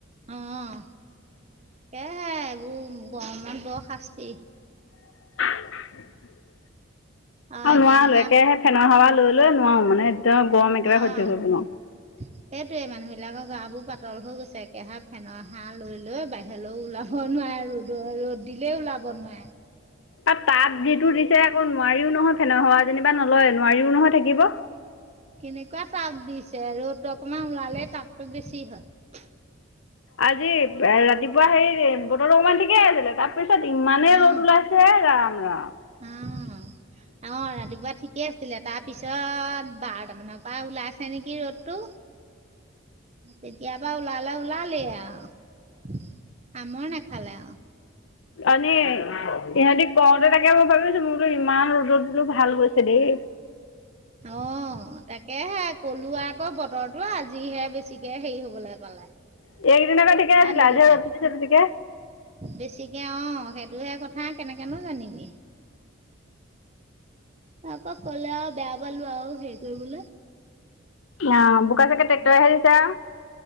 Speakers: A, on the right; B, on the left.
A: অ সেইয়াই আৰু এইবোৰ গৰমত বৰ শাস্তি
B: <unintelligible>
A: অ
B: আৰু
A: একেহা
B: নোৱাৰো একেৰাহে ফেনৰ সাৱা লৈ লৈ নোৱাৰো মানে একদম গৰম একেবাৰে
A: অৱ,
B: সহ্য কৰিব নোৱাৰোঁ
A: সেইটোৱে মানুহ বিলাকৰ গা - বোৰ পাতল হৈ গৈছে একেহা ফেনৰ হাহ লৈ লৈ বাহিৰলৈও ওলাব নোৱাৰে ৰ'দ ৰ'দ দিলে ওল লাব নুৱাবে
B: আৰু তাত যিটো দিছে আকৌ নোৱাৰিও নহয় ফেনৰ হাৱা যেনিবা নলয় নোৱাৰিও নহয় থাকিব।
A: কেনেকুৱা টাব দিছে ৰ'দত অকমান ওলালেই টাবটো বেছি হয়।
B: আজি ৰাতিপুৱা হেৰি বতৰটো অকণমান ঠিকেই আছিলে তাত তাৰপিছত ইমানেই
A: অ'
B: ৰ'দ ওলাইছে ৰাম ৰাম।
A: অ'
B: <unintelligible>
A: অ ৰাতিপুৱা ঠিকে আছিলে তাৰ পিছত বাৰটা মানৰ পৰা ওলাই আছে নেকি ৰ'দটো। তেতিয়া পৰা ওলালে ওলালে আও সামৰ নাখালে আও
B: আনি ইহঁতি কওঁতে তাকে মই ভাবিছো মোৰ বোলো ইমান ৰ'দত বোলো ভাল গৈছে দেই।
A: অৱ তাকে এহে কলোৱা আকৌ বতৰটো আজিহে বেছিকে হেৰি হবলৈ পালে।
B: এইকেইদিন আকৌ ঠিকে আছিলে
A: কালি
B: আজি
A: কেইটা,
B: ৰ'দ তুলিছে বেছিকে।
A: বেছিকে অ সেই ধেই কথা কেনেকেনো জানিবি। আকৌ কলে আৰু বেয়া পালো আৰু হেৰি কৰিবলে।
B: অ বোকা চাগে ট্ৰেক্টৰেহে দিছে আও।